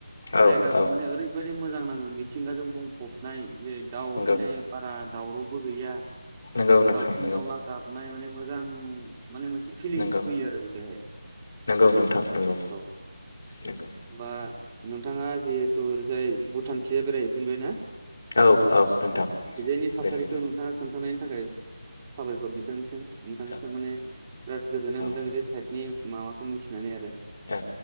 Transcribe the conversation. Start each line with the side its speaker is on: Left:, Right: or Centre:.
Left: औ
Right: जायगाखौ
Left: औ
Right: माने ओरै बेबायदि मोजां नाङो मिथिंगाजों बुंफबनाय जेरै दाउ
Left: नंगौ
Right: माने बारा दावरावबो गैया
Left: नंगौ नोंथां
Right: दाउसिन
Left: नंगौ
Right: दाउला गाबनाय माने मोजां माने मोनसे फिलिंस
Left: नंगौ
Right: फैयो आरो बेहाय
Left: नंगौ नोंथां नंगौ
Right: औ
Left: नंगौ
Right: बा नोंथाङा जिहेतु ओरजाय भुटानथिजाय बेरायहैफेरबाय ना?
Left: औ औ नोंथां
Right: बिनि थासारिखौ
Left: बेरायहैदों
Right: नोंथाङा खोन्थानाय। थाखाय साबायखर बिथांसो नोंथांसो
Left: औ
Right: माने
Left: औ
Right: बिराद गोजोननाय
Left: औ
Right: मोनदों बि साइडनि माबाखौ मिथिनानै आरो।
Left: औ